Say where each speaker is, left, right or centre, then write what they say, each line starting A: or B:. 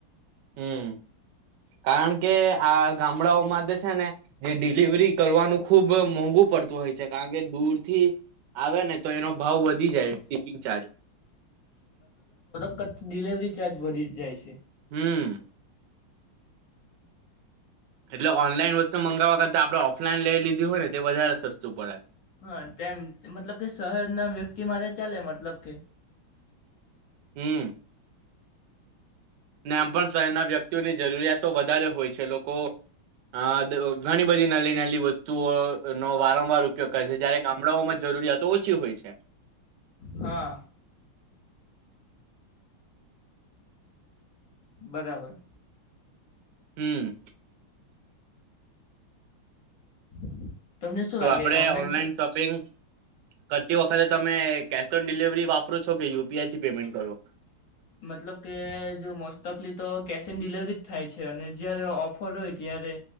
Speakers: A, on the right; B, on the left.
A: હમ કારણ કે આ ગામડાઓમાં તો છે ને જે ડિલિવરી કરવાનું ખુબ મોંઘ ઘું પડતું હોય છે. કારણ કે દૂરથી આવે ને તો એનો ભાવ વધી જાય. શિપિંગ ચાર્જ
B: ડીલીવરી ચાર્જ વધી જાય છે.
A: હમ એટલે ઓનલાઈન વસ્તુ મંગાવવા કર તા આપણે ઓફલાઈન લઈ લીધી હોય ને તે વધારે સસ્તું પડે.
B: હા તેમ મતલબ કે શહેરના વ્યક્તિ માટે ચાલે મતલબ કે
A: હમ ને આમ પણ શહેરના વ્યક્તિઓની જરૂરિયાતો વધારે હોય છે. એ લોકો અ ઘણી બધી નાલી નાલી વસ્તુઓનો વારંવાર ઉપયોગ કરે છે. જ્યારે ગામડાઓમાં જરૂરિયાતો ઓછી હોય છે.
B: હા બરાબર
A: હમ
B: <inaudible>
A: તો
B: લાગે
A: આપણેે ઓનલાઈન
B: સ
A: શોપિંગ કરતી વખતે તમે કેશ ઓન ડિલિવરી વાપરો છો કે યુપીઆઈ થી પેમેન્ટ કરો?
B: મતલબ કે જો મોસ્ટ ઓફલી તો કેશ ઓન ડિલવરી જ થાય છે. અને જયારે ઓફર હોય ત્યારે